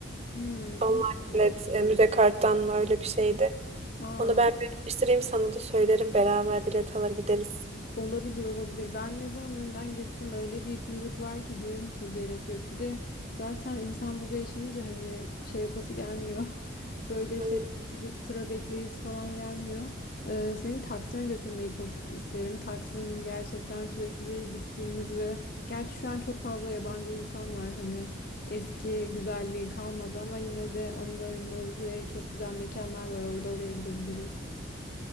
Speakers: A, on the left (about 45°); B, on the right (about 35°).
A: Hmm,
B: Online
A: bilmiyorum.
B: bilet, e, müze karttan mı öyle bir şeydi.
A: Aa.
B: Onu ben bir araştırayım sana da söylerim. Beraber bilet alır gideriz.
A: Olabilir olabilir. Ben ne zaman önden geçsem öyle bir kuyruk var ki diyorum ki gerek yok. Bir de zaten insan burada yaşayınca hani şey yapası gelmiyor. <laughs> Böyle
B: Ay,
A: şeylere gidip sıra bekleyiz falan gelmiyor. Ee, seni Taksim'e götürmeyi çok isterim. Taksim gerçekten sürekli gittiğimiz ve gerçi şu an çok fazla yabancı insan var. Hani eski güzelliği kalmadı ama yine de anılarımız ve çok güzel mekanlar var orada oraya gidebiliriz.